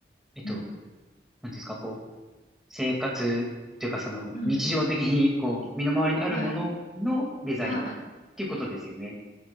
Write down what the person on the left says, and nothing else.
うん。
うん。
はい。は